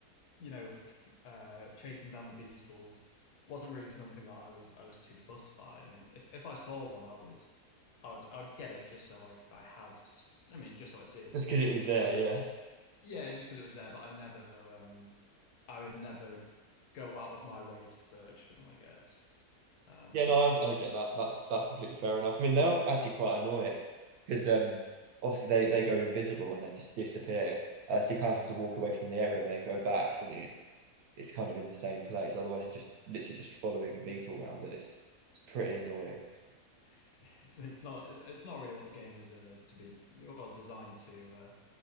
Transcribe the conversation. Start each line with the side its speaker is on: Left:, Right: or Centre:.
Left: you know, f- uh, chasing down the Beatles wasn't really something that I was I was too fussed by. I mean, if if I saw one, I would, I would, I would get it just so I I had, I mean, just so I did.
Right: just because it was there
Left: But it
Right: yeah
Left: was yeah, just because it was there. But I never, um, I would never go out of my way to search for them, I guess. Um,
Right: Yeah, no, I, I get that. That's that's completely fair enough. I mean, they are actually quite annoying because um, obviously they they go invisible and then just disappear. Uh, so you kind of have to walk away from the area and then go back. So then it, it's kind of in the same place. Otherwise, you're just literally just following a beetle round, and it's, it's pretty annoying.
Left: <laughs> it's it's not it's not really what the game is uh, to be well designed to uh,